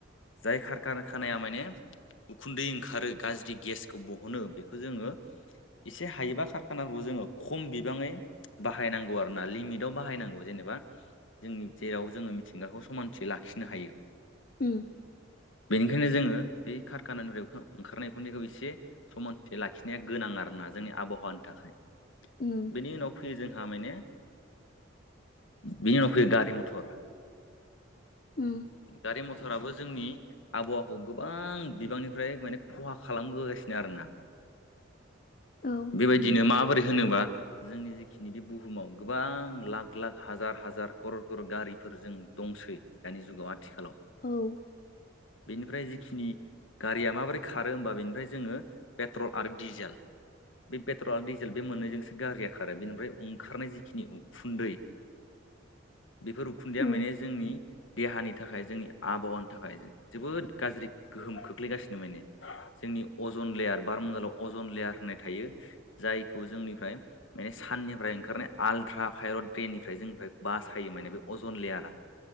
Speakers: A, on the left (about 75°); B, on the left (about 45°).
A: जाय खारका-खानाया माने उखुन्दै ओंखारो गाज्रि गेसखौ बहनो बेखौ जोङो <inaudible> एसे हायोबा खारखानाफोरखौ जोङो खम बिबाङै बाहायनांगौ आरो ना लिमिटाव बाहायनांगौ जेनेबा। जोंनि जेराव जोङो मिथिंगाखौ समानथि लाखिनो हायो।
B: उम।
A: बेखायनो जोङो बे खारकानानिफ्राय ओंखा-ओंखारनाय उखुन्दैखौ एसे समानथि लाखि- नाया गोनां आरोना जोंनि आबहावानि थाखाय।
B: उम
A: बेनि उनाव फैयो जों जोंहा माने बिनि उनाव फैयो गारि मथर।
B: उम
A: गारि मथराबो जोंनि आबहावाखौ गोबां बिबांनिफ्राय माने खहा खालामबोगासिनो आरोना।
B: औ
A: बेबायदिनो माबोरै होनोबा जोंनि जिखिनि बे बुहुमाव गोबां लाख-लाख, हाजार-हाजार, क'र'र-क'र'र गारिफोर जों दंसै दानि जुगाव आथिखालाव।
B: औ
A: बेनिफ्राय जिखिनि गारिया माबोरै खारो होमबा बेनिफ्राय जोङो पेट्रल आरो डिजेल। <inaudible> बे पेट्रल आरो डिजेल बे मोननैजोंसो गारिया खारो बेनिफ्राय ओंखारनाय जिखिनि उखुन्दै बेफोर उखुन्दैया
B: उम
A: माने जोंनि देहानि थाखाय जोंनि आबहावानि थाखाय जोबोद गाज्रि गोहोम खोख्लैगासिनो माने। जोंनि अजन लेयार बार मण्डलाव अजन लेयार होननाय थायो। जायखौ जोंनिफ्राय माने साननिफ्राय ओंखारनाय आलट्रा भाय'लेड देनिफ्राय बासायो माने बे अजन लेयारा।